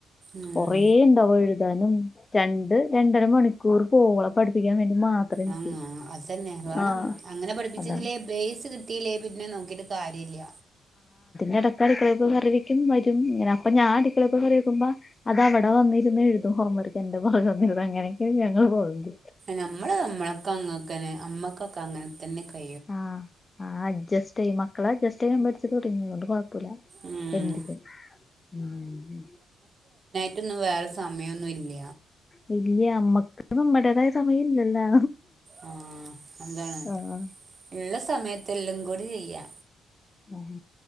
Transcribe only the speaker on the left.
കൊറേ ഉണ്ടാവുംഴു ും രണ്ട് രണ്ടര മണിക്കൂർ പോകള പഠിപ്പിക്കാൻ വേണ്ടി മാത്രം എനിക്ക്
ആഹ്
അതാണ്
ടക്ക അടിക്കളൊക്ക് കറിവിക്കും വരുംങ്ങനെ അപ്പൊ ഞാൻ അടുക്കളൊക്കെ കറിവിക്കക്ക്പോ അത് അവിടെ വന്നിരുന്നുന്ന് എഴുതു ഹോംവർക്ക് എന്റെ ഭഗം നിടും അങ്ങനെയൊക്കെ ഞങ്ങൾ പോകുന്നുണ്ട്
ആഹ് ആ അ്ജസ്റ്റ് ചെയ്യ മക്കള അ്ജസ്റ്റ് ചെയൻ പിച്ച കൊണ്ട് പ്പല
എന്ക്കും ഉ
വല്യ അമ്മക്ക് നമ്മടേതായ സമയം ഇല്ലല്ലോ
ആഹ്
ഉ